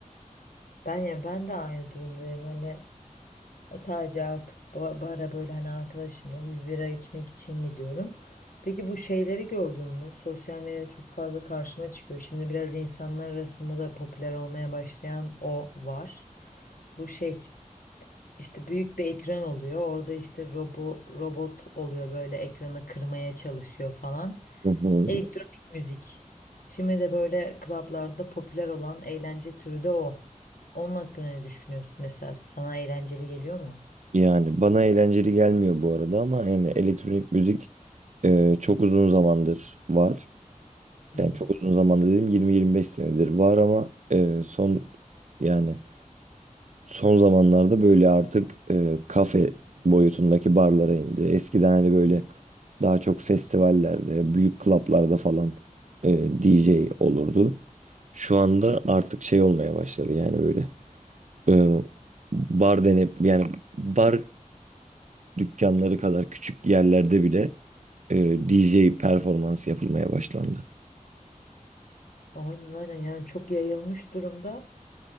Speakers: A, on the left (about 85°); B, on the right (about 60°).
A: Ben ya ben de aynı durumdayım. Hani Sadece artık ba- bara böyle hani arkadaşımla bir bira içmek için gidiyorum. Peki bu şeyleri gördün mü? Sosyal medyada çok fazla karşıma çıkıyor. Şimdi biraz insanlar arasında da popüler olmaya başlayan o var. Bu şey işte büyük bir ekran oluyor. Orada işte robo, robot oluyor böyle ekranı kırmaya çalışıyor falan.
B: Hı hı.
A: Elektronik müzik. Şimdi de böyle klaplarda popüler olan eğlence türü de o. Onun hakkında ne düşünüyorsun mesela? Sana eğlenceli geliyor mu?
B: Yani bana eğlenceli gelmiyor bu arada ama yani elektronik müzik e, çok uzun zamandır var.
A: Hı
B: Yani
A: hı.
B: çok uzun zamanda dedim 20-25 senedir var ama e, son yani son zamanlarda böyle artık e, kafe boyutundaki barlara indi. Eskiden hani böyle daha çok festivallerde, büyük klaplarda falan e, DJ olurdu. Şu anda artık şey olmaya başladı yani böyle e, bar denip yani bar dükkanları kadar küçük yerlerde bile e, DJ performans yapılmaya başlandı.
A: Aynen aynen yani çok yayılmış durumda